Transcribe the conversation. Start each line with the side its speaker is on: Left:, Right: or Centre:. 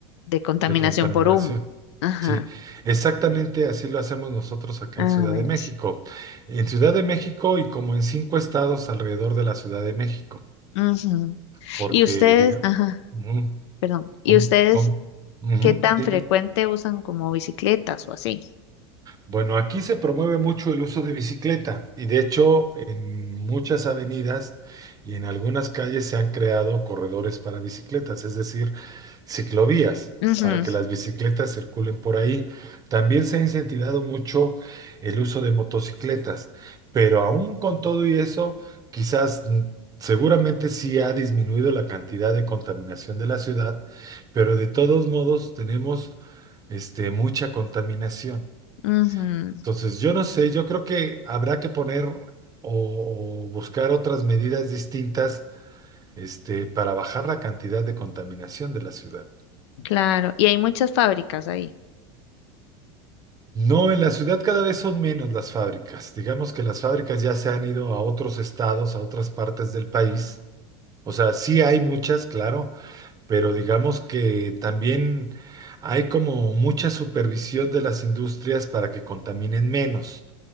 Left: de contaminación
Right: de contaminación.
Left: por humo. Ajá.
Right: Sí, exactamente así lo hacemos nosotros acá
Left: A
Right: en Ciudad
Left: ver.
Right: de México. En Ciudad de México y como en cinco estados alrededor de la Ciudad de México,
Left: Ujú.
Right: porque
Left: Y ustedes,
Right: digamos,
Left: ajá,
Right: ujú,
Left: perdón. ¿Y
Right: com-
Left: ustedes
Right: com- ujú,
Left: qué tan
Right: dime.
Left: frecuente usan como bicicletas o así?
Right: Bueno, aquí se promueve mucho el uso de bicicleta y de hecho en muchas avenidas y en algunas calles se han creado corredores para bicicletas, es decir, ciclovías
Left: Ujú,
Right: para que las bicicletas circulen por ahí. También se ha incentivado mucho el uso de motocicletas, pero aún con todo y eso, quizás mm, seguramente sí ha disminuido la cantidad de contaminación de la ciudad, pero de todos modos tenemos este, mucha contaminación.
Left: ujú,
Right: Entonces, yo no sé, yo creo que habrá que poner o, o buscar otras medidas distintas, este, para bajar la cantidad de contaminación de la ciudad.
Left: claro. Y hay muchas fábricas ahí.
Right: No, en la ciudad cada vez son menos las fábricas. Digamos que las fábricas ya se han ido a otros estados, a otras partes del país. O sea, sí hay muchas, claro, pero digamos que también hay como mucha supervisión de las industrias para que contaminen menos.